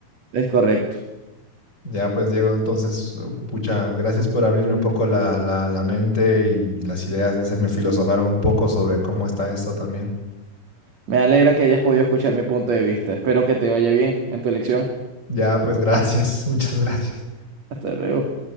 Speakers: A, on the right; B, on the left.
A: Es correcto.
B: Ya pues Diego, entonces, oh, pucha, gracias por abrirme un poco la, la, la mente y las ideas y hacerme filosofar un poco sobre cómo está esto también.
A: Me alegra que hayas podido escuchar mi punto de vista. Espero que te vaya bien en tu elección.
B: Ya pues gracias, <laughs> muchas gracias.
A: Hasta luego.